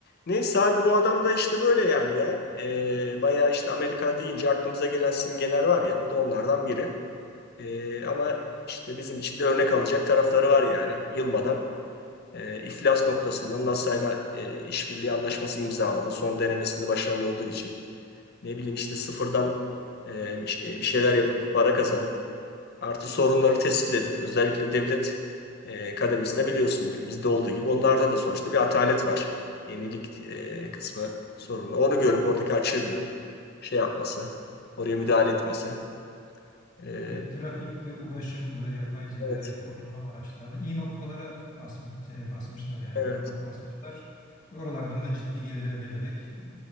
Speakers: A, on the left; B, on the left.
A: Neyse abi bu adam da işte böyle yani ya. E, bayağı işte Amerika deyince aklımıza gelen simgeler var ya. Bu da onlardan biri. E, ama işte bizim için de örnek alınacak tarafları var yani. Yılmadan e, iflas noktasında NASA'yla e, işbirliği anlaşması imzalama son denemesinde başarılı olduğu için. ne bileyim işte sıfırdan e, bir ş- e, bir şeyler yapıp para kazanıp artı sorunları tespit edip özellikle devlet e, kademesinde biliyorsun bizde olduğu gibi onlarda da sonuçta bir atalet var. Yenilik e,
B: Evet.
A: kısmı sorunlu. Onu görüp oradaki açığı görüp şey yapması, oraya müdahale etmesi. E,
B: Evet, trafikti, ulaşımdı, yapay zekaydı,
A: evet,
B: otonom araçlardı. İyi noktalara basm te- basmışlar yani
A: evet.
B: parmak basmışlar. Ve oralardan da ciddi gelir elde ederek e,